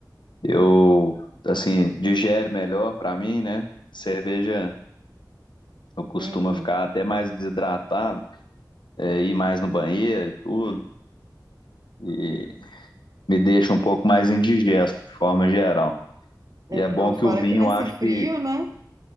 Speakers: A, on the left; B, on the right.
A: Eu assim, digere melhor para mim, né? Cerveja eu costumo
B: É, não.
A: ficar até mais desidratado, é, ir mais no banheiro e tudo, e me deixa um pouco mais indigesto de forma geral.
B: É,
A: E é bom
B: não, fora
A: que o vinho,
B: que nesse
A: eu acho
B: frio,
A: que
B: né?